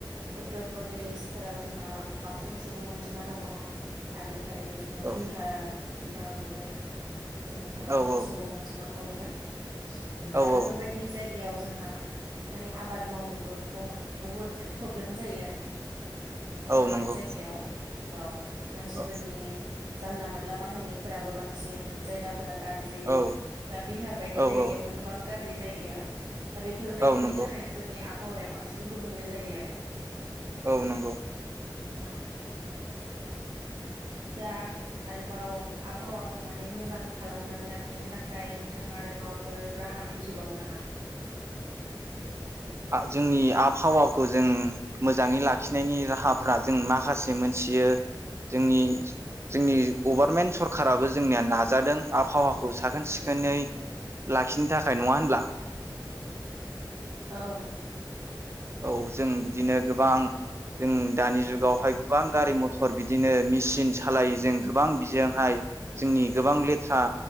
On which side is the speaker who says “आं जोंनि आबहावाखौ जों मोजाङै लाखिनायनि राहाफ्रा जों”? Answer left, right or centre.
Right